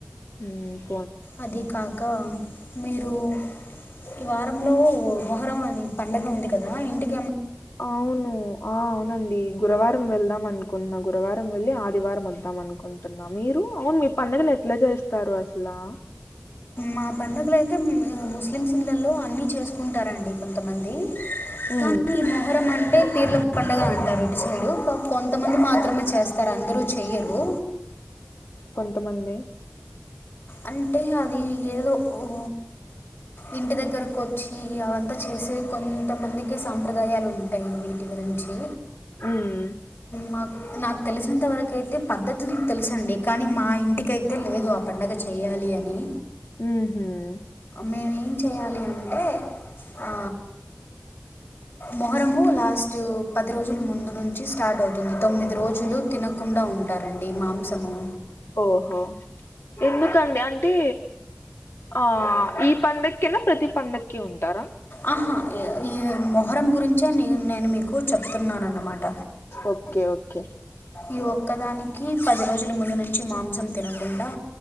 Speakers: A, on the left; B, on the left.
A: హూమ్
B: అది కాక మీరు ఈ వారంలో మొహర్రం అని పండుగ ఉంది కదా ఇంటిక్
A: అవును ఆ అవునండి. గురవారం వెళ్దాం అనుకున్నా గురవారం వెళ్ళి ఆదివారం వద్దాం అనుకుంటున్నా మీరు అవును మీ పండగ లె ట్ల చేస్తారు అసలా
B: మా పండగలు అయితే మ్ ముస్లిమ్స్ ఇళ్లల్లో అన్ని చేసుకుంటారండి కొంతమంది.
A: హ్మ్.
B: కానీ మొహర్రం అంటే పీర్ల పండగ అన్ టారు ఇటు సైడు కొ కొంతమంది మాత్రమే చేస్తారు అందరూ చెయ్యరు.
A: తమంది
B: అంటే అది ఏదో ఓ ఇంటి దగ్గరకు వచ్చి అవంతా చేసే కొంతమందికే సాంప్రదాయాలు ఉంటాయి వీటి గురించి
A: ఊమ్
B: మాకు నాకు తెలిసినంత వరకు అయితే పద్ధతులు తెలుసండి. కానీ మా ఇంటికైతే లేదు ఆ పండగ చెయ్యాలి అని
A: ఊ హూమ్
B: మేము ఏం చేయాలి అంటే ఆ మొహరము లాస్ట్ పది రోజుల ముందు నుంచి స్టార్ట్ అవుతుంది తొమ్మిది రోజులు తినకుండా ఉండ ఉంటారండి మాంసము
A: ఓహో ఎందుకండి అంటే ఆ ఈ పండక్కెనా ప్రతి పండక్కి ఉంటారా
B: ఆహా ఈ మొహరం గురించే నేను మీకు చెప్తున్నాను అన్నమాట
A: ఓకే ఓకే
B: ఈ ఒక్కదానికి పది రోజుల ముందు నుంచి మాంసం తినకుండా